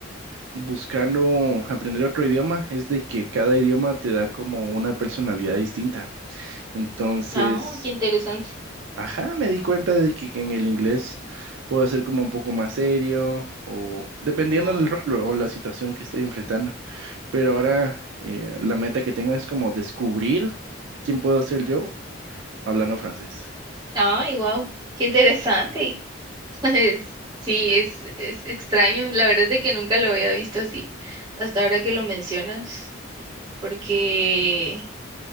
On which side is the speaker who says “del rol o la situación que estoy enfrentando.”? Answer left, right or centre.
Right